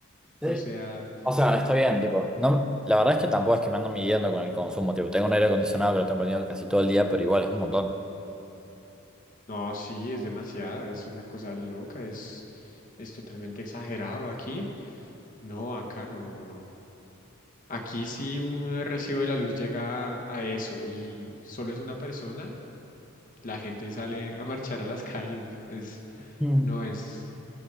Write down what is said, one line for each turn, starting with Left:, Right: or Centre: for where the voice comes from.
Centre: Sí.
Left: O sea.
Centre: O sea, está bien, tipo, no, la verdad es que tampoco es que me ando midiendo con el consumo, tipo, tengo un aire acondicionado que lo tengo prendido casi todo el día, pero igual es un montón.
Left: No, sí, es demasiado, es una cosa loca, es, es totalmente exagerado aquí. No, acá no. Aquí si un recibo de la luz llega a eso y solo es una persona, la gente sale a marchar a las <laughs> calles. Es,
Centre: Mm.
Left: no es,